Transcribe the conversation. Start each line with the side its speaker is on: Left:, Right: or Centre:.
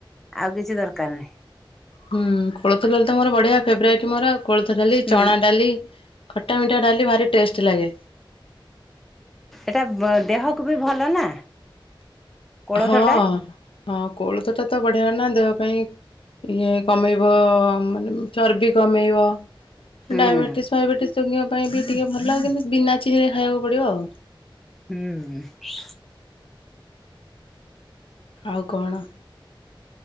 Centre: ଆଉ କିଛି ଦରକାର ନାହିଁ।
Left: ହୁଁ କୋଳଥ ଡାଲି ତ ମୋର ବଢିଆ ଫେବରାଇଟ ମୋର ଆଉ। କୋଳଥ ଡାଲି
Centre: ହୁଁ
Left: ଚଣା ଡାଲି ଖଟା ମିଠା ଡାଲି ଭାରି ଟେଷ୍ଟେ ଲାଗେ।
Centre: ଏଟା ବ ଦେହକୁ ବି ଭଲ ନା। କୋଳଥ
Left: ହଁ
Centre: ଟା
Left: ହଁ କୋଳଥ ଟା ତ ବଢିଆ ନା ଦେହ ପାଇଁ। ଇଏ କମେଇବ ମାନେ ଚର୍ବି କମେଇବ।
Centre: ହୁଁ।
Left: ଡାଇବେଟିସ୍ ଫାଇବେଟିସ୍ ରୋଗୀଙ୍କ ପାଇଁ ବି ଟିକିଏ ଭଲ କିନ୍ତୁ ବିନା ଚିନିରେ ଖାଇବାକୁ ପଡ଼ିବ ଆଉ।
Centre: ହୁଁ। ହୁଁ।
Left: ଆଉ କଣ?